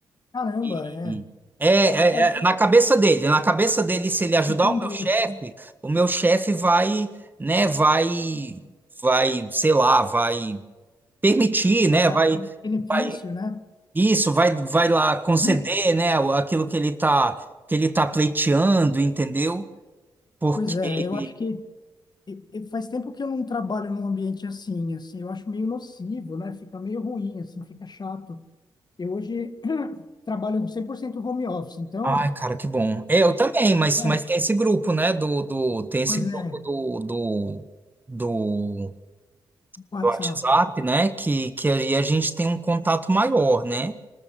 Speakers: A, on the left; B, on the right.
A: Caramba,
B: E-
A: é.
B: É, é,
A: É, é, fica-
B: é na cabeça dele, na cabeça dele, se ele ajudar
A: entendi.
B: o meu chefe, o meu chefe vai, né, vai, vai, sei lá, vai permitir,
A: Vai
B: né?
A: dar
B: Vai,
A: um benefício,
B: vai
A: né?
B: isso, vai, vai lá conceder,
A: Hum,
B: né? o- Aquilo que ele tá, que ele tá pleiteando, entendeu? Porque,
A: Pois é, eu acho que e- e faz tempo que eu não trabalho num ambiente assim, assim, eu acho meio nocivo, né? Fica meio ruim, assim, fica chato. Eu hoje <clears throat> trabalho 100% home office, então,
B: ai, cara, que bom. É, Eu também, mas,
A: É,
B: mas tem esse grupo, né? Do, do, tem esse
A: pois
B: grupo
A: é,
B: do, do, do,
A: WhatsApp.
B: do WhatsApp, né? Que, que aí a gente tem um contato maior, né?